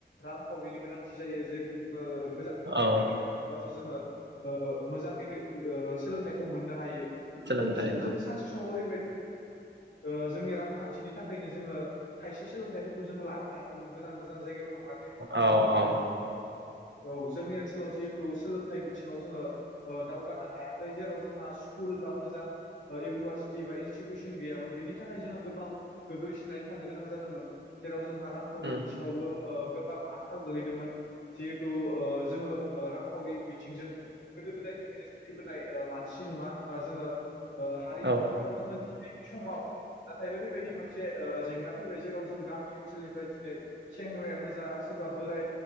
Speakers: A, on the left; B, on the right.
A: रांखावरिनि गोनांथि जायो जेहेथु जोङो गोजान गोजान
B: औ
A: जायगायाव थाङोब्लासो जोङो ओ मोजांनायदो। इओ सोलोंथाइखौ मोननो हायो
B: सोलोंथाइ
A: लोगोसेनो जों सानसे समाव ओरैबाय ओ जोंनि रांखान्थिनि थाखायनो जोङो खायसे सोलोंथाइफोरखौ जों लानो हायाखैमोन गोजान गोजान जायगायाव थांनानै
B: औ औ
A: ओ औ जोंनि ओनसोलाव जिहेतु सोलोंथाइ बिथिङाव जोङो ओ दावगानो हायाखै जेराव जोंहा स्कुल बा मोजां ओ इउनिभारसि थि भारिनस सुथुसु फिन गैयामोन बेनिथ थाखाय जोंहा गोबां गोग्लैसोनानै थानो गोनां जादोंमोन जेराव जोंहा रांखावरि
B: उम,
A: बिथिङावबो ओ गोबां आंख थाव गोलैदोंमोन। जिहेथु ओ जोङो ओ रांखावरि बिथिंजों गोदो गोदायनिफ्रायनो सोलिबोनाय ओ मानसि नङा। बा जोङो ओ हारि
B: औ
A: नङा जेराव जोङोदि दिनैनि समाव। नाथाय ओरैबायदि मोनसे ओ जेंना फैबाय जेराव जों गामि ओनसोलनिफ्राय दिनै सेंग्रायानो जा सोरबा बोराय